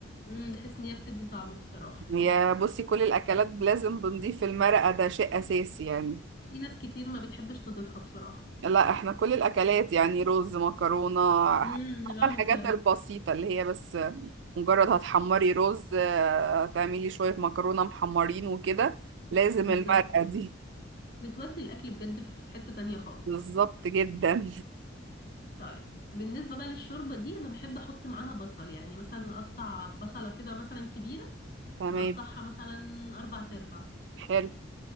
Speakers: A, on the left (about 45°); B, on the right (about 65°).
A: امم بحس ان هي بتدي طعم بصراحة
B: يا بصي كل الاكلات لازم بنضيف المرقه ده شيء اساسي يعني
A: في ناس كتير ما بتحبش تضيفها بصراحة
B: لا احنا كل الاكلات يعني رز مكرونه
A: امم
B: حتى
A: انا
B: الحاجات
A: بعمل كده
B: البسيطه اللي هي بس مجرد هتحمري رز آه، تعملي شويه مكرونه محمرين وكده لازم
A: بالظبط
B: المرقه دي
A: بتودي الاكل بجد في حتة تانية خالص
B: بالظبط جدا
A: طيب بالنسبة بقى للشوربة دي انا بحب احط معاها بصل يعني مثلا اقطع بصلة كده مثلا كبيرة
B: تمام
A: نقطعها مثلا أربع تربع
B: حلو